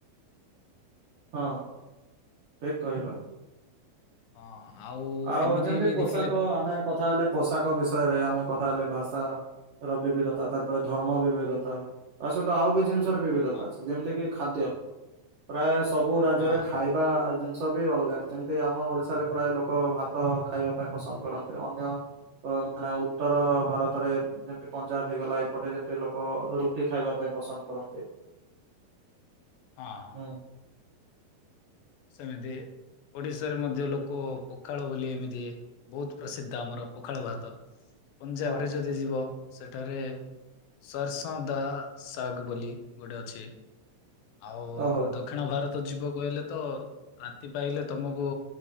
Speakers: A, on the right; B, on the left.
A: ହଁ ଏକ କହିଲ।
B: ହଁ ଆଉ।
A: ଆଉ
B: ଏମିତି
A: ଯେମତି
B: ବି
A: ପୋଷାକ
B: ଦେଖିଲେ
A: ଆମେ କଥା ହେଲେ ପୋଷାକ ବିଷୟରେ ଆମେ କଥା ହେଲେ ଭାଷା ର ବିବିଧତା ତା ପରେ ଧର୍ମ ବିବିଧତା ତା ସହିତ ଆଉ ବି ଜିନିଷର ବିବିଧ
B: ହଁ
A: ଯେମିତି କି ଖାଦ୍ୟ ପ୍ରାୟ ସବୁ ରାଜ୍ୟରେ
B: ହଁ ହଁ
A: ଖାଇବା ବା ଜିନିଷ ବି ଅଲଗା ଯେମତି ଆମ ଓଡିଶାରେ ପ୍ରାୟ ଲୋକ ଲୋକ ଭାତ ଖାଇବା ପାଇଁ ପସନ୍ଦ କରନ୍ତି, ଅନ୍ୟ ମାନେ ଉତ୍ତର ଭାରତରେ ଯେମତି ପଞ୍ଜାବ ହେଇଗଲା ଏପଟେ ଯେମତି ଲୋକ ରୁଟି ଖାଇବା ପାଇଁ ପସନ୍ଦ କରନ୍ତି।
B: ହଁ।
A: ହୁଁ।
B: ସେମିତି। ଓଡିଶାରେ ମଧ୍ୟ ଲୋକ ପଖାଳ ବୋଲି ଏମିତି ବହୁତ ପ୍ରସିଦ୍ଧ ଆମର ପଖାଳ ଭାତ। ପଞ୍ଜାବ
A: ହଁ
B: ରେ ଯଦି ଯିବ ସେଠାରେ ସରସ ଦା ଶାଗ ବୋଲି ଗୋଟେ ଅଛି। ଆଉ
A: ଓହୋ
B: ଦକ୍ଷିଣ ଭାରତ ଯିବ କହିଲେ ତ ରାତି ପାହିଲେ ତମକୁ